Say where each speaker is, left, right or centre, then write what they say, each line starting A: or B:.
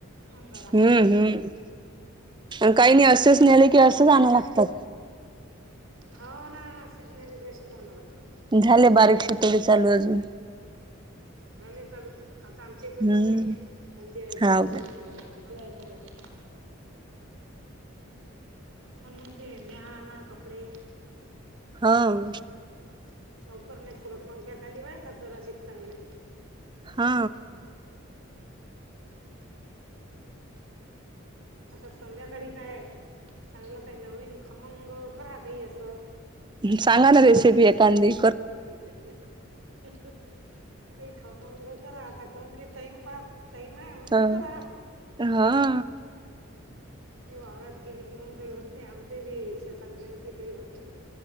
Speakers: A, on the right (about 75°); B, on the right (about 20°).
A: अंधारा
B: हम्म, हम्म. अन् काही नाही. असेच
A: आता
B: नेले
A: बंद
B: की,
A: पडलं
B: असंच
A: ते
B: आणावं लागतात.
A: हो, ना. असच नेले की, असच आणावं लागतात.
B: झाले, बारीक शीथोडे चालू अजून.
A: झाले चालू. आता आमचे इकड
B: हम्म
A: कमीय. म्हणजे अजिबात
B: हाव
A: नाही.
B: काय
A: हा, उग आहे थोडंसं. हा, मग ते, न्हया - आणा कपडे.
B: हां.
A: लवकर नाही सुकत. पंख्या खाली वाळतात जरासिक चांगले.
B: हा.
A: आता संध्याकाळी काय? चांगलं काय नवीन, खमंग करा, काही असं.
B: सांगा ना, रेसिपी एखांदी.
A: <unintelligible> <unintelligible> काही खमंग करा आता. कारण की टाइमपास टाईमय, म्हणून
B: हा
A: करा.
B: हा
A: ते वावरात गेले की, मग काही होत नाही. आमचे बी शेतात गेल की, काही होत नाही.